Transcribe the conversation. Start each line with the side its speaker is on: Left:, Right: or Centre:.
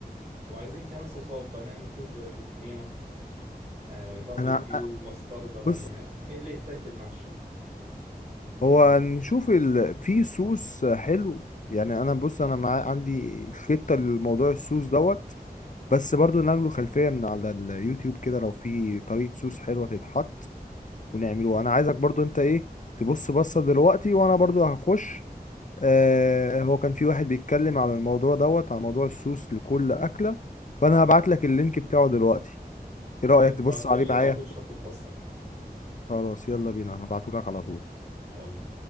Right: وعايزين كمان صوصات بقى نعمل صوص زي طحينة آه باربيكيو
Left: انا
Right: مستردة
Left: بص
Right: يعني ايه اللي يتاكل مع الشاي
Left: هو نشوف ال... في سوس حلو يعني انا بص انا مع... عندي خطة لموضوع السوس دوت بس برضو ناخده خلفية من على اليوتيوب كده لو في طريقة سوس حلوة تتحط ونعمله انا عايزك برضو انت ايه تبص بصة دلوقتي وانا برضو هخش آه هو كان في واحد بيتكلم على الموضوع دوت على موضوع السوس لكل أكلة فانا هبعت لك اللينك بتاعه دلوقتي
Right: حلو
Left: ايه رأيك تبص
Right: ابعتهولي
Left: عليه معايا
Right: وهخش اخد بصة كده
Left: خلاص يلا بينا هبعتهولك على طول
Right: يلا